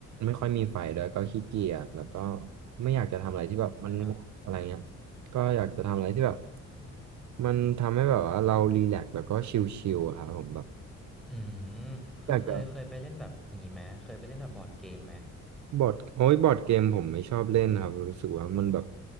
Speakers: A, on the right (about 70°); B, in the centre.
A: ไม่ค่อยมีไฟด้วยก็ขี้เกียจแล้วก็ไม่อยากจะทำอะไรที่แบบมันอะไรเงี้ย
B: ครับ
A: ก็อยากจะทำอะไรที่แบบมันทำให้แบบว่าเรารีแลกซ์แล้วก็ชิลๆอะครับผมแบบ
B: อืมเคยเคยเคยไปเล่นแบบอย่างนี้ไหมเคยไปเล่นแบบบอร์ดเกมไหม
A: อยากจะ บอร์ดโอ้ยบอร์ดเกมผมไม่ชอบเล่นครับรู้สึกว่ามันแบบ